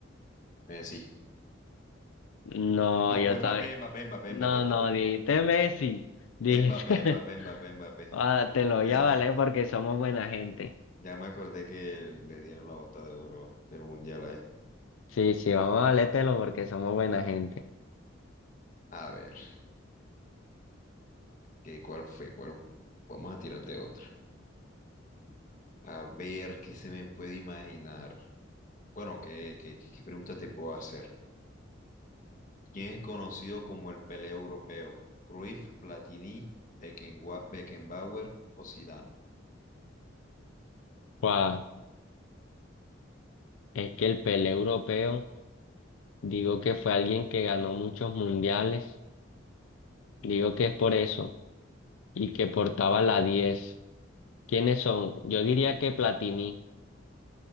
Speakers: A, on the left; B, on the left.
A: eh, sí.
B: No,
A: No,
B: yo
A: fue
B: estaba.
A: Mbappé, Mbappé, Mbappé,
B: No,
A: Mbappé, Mbappé.
B: no, dijiste Messi, dijiste,
A: Mbappé, Mbappé,
B: <laughs>
A: Mbappé, Mbappé.
B: ah, te lo voy
A: Ya,
B: a
A: ya
B: valer
A: me, aco-
B: porque somos buena gente.
A: ya me acordé que le dieron la bota de oro del mundial a él.
B: Sí, sí, vamos a valértelo porque somos buena gente.
A: A ver, ¿qué, cuál fue? ¿Cuál? Vamos a tirarte otra. A ver, ¿qué se me puede imaginar? Bueno, ¿qué, qué, qué pregunta te puedo hacer? ¿Quién es conocido como el Pelé europeo? ¿Cruyff, Platini, Beckenwa- Beckenbauer o Zidane?
B: Guau, es que el Pelé europeo, digo que fue alguien que ganó muchos mundiales, digo que es por eso, y que portaba la 10. ¿Quiénes son? Yo diría que Platini,